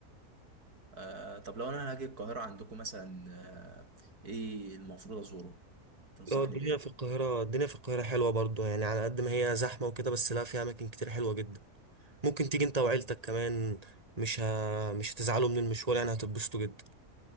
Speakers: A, on the right; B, on the right.
A: آه طب لو أنا هاجي القاهرة عندكم مثلا آه إيه المفروض أزوره تنصحني
B: لو الدنيا
A: بإيه؟
B: في القاهرة الدنيا في القاهرة حلوة برضو يعني على قد ما هي زحمة وكده بس لا فيها أماكن كتير حلوة جدا ممكن تيجي أنت وعيلتك كمان مش ه... مش هتزعلوا من المشوار يعني هتتبسطوا جدا